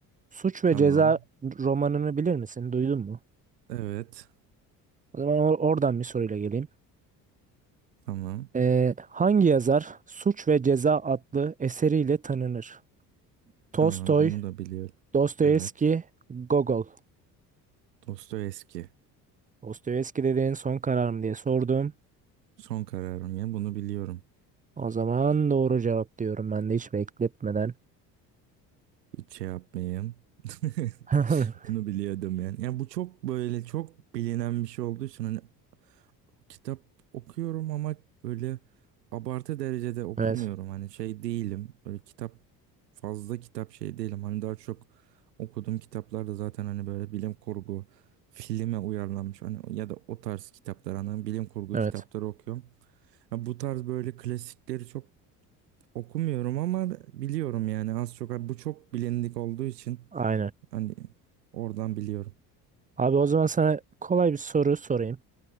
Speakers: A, on the right (about 15°); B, on the right (about 80°).
A: Suç ve
B: Tamam.
A: Ceza romanını bilir misin? Duydun mu?
B: Evet.
A: O zaman or- oradan bir soruyla geleyim.
B: Tamam.
A: E, hangi yazar Suç ve Ceza adlı eseriyle tanınır? Tolstoy,
B: Tamam bunu da biliyorum.
A: Dostoyevski,
B: Evet.
A: Gogol.
B: Dostoyevski.
A: Dostoyevski dediğin son kararım diye sordum.
B: Son kararım ya bunu biliyorum.
A: O zaman doğru cevap diyorum ben de hiç bekletmeden.
B: Hiç şey yapmayayım. <laughs>
A: <laughs>
B: Bunu biliyordum yani. Ya bu çok böyle çok bilinen bir şey olduğu için hani Kitap okuyorum ama böyle abartı derecede okumuyorum.
A: Evet.
B: Hani şey değilim. Böyle kitap fazla kitap şey değilim. Hani daha çok okuduğum kitaplar da zaten hani böyle bilim kurgu filme uyarlanmış. Hani ya da o tarz kitaplar hani bilim kurgu
A: Evet.
B: kitapları okuyorum. Ha, bu tarz böyle klasikleri çok okumuyorum ama biliyorum yani az çok. Ha, Bu çok bilindik olduğu için
A: Aynen.
B: hani oradan biliyorum.
A: Abi o zaman sana kolay bir soru sorayım.